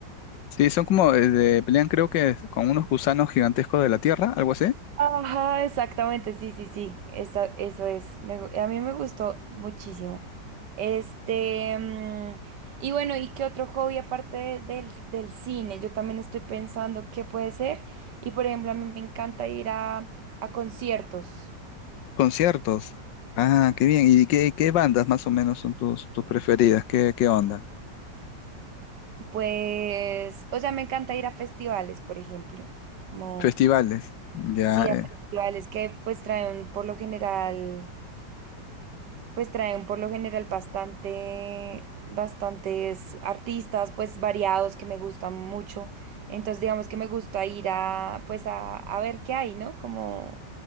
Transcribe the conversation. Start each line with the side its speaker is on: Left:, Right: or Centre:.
Left: Sí, son como, eh, de- pelean creo que es con unos gusanos gigantescos de la Tierra, algo así.
Right: Ajá, exactamente, sí, sí, sí, esa- eso es. Me gu- a mí me gustó muchísimo. Este, mm, y bueno, ¿y qué otro hobby aparte de- del, del cine? Yo también estoy pensando qué puede ser. Y por ejemplo, a mí me encanta ir a, a conciertos.
Left: Conciertos. Ah, qué bien. ¿Y qué, qué bandas más o menos son tus, tus preferidas? ¿Qué, qué onda?
Right: Pues, o sea, me encanta ir a festivales, por ejemplo. Como,
Left: Festivales. Ya,
Right: sí,
Left: eh,
Right: a festivales que pues traen por lo general. pues traen por lo general bastante, bastantes artistas, pues variados que me gustan mucho. Entonces, digamos que me gusta ir a, pues a, a ver qué hay, ¿no? Como,